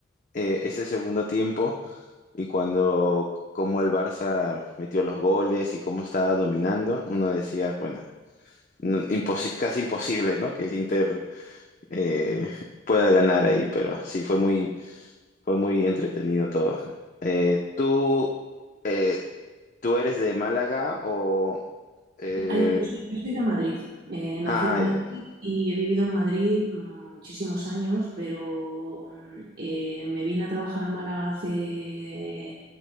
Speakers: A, on the left; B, on the right.
A: eh, ese segundo tiempo y cuando, cómo el Barça metió los goles y cómo estaba dominando, uno decía, bueno. no- imposi- casi imposible, ¿no? Que el Inter eh, pueda ganar ahí, pero sí, fue muy, Fue muy entretenido todo. Eh, ¿tú, eh, tú eres de Málaga o...? eh,
B: Ay, yo, soy, yo soy de Madrid, eh, nací
A: ah,
B: en Madrid
A: ya, ya.
B: y he vivido en Madrid mm, muchísimos años, pero mm, eh, me vine a trabajar a Málaga hace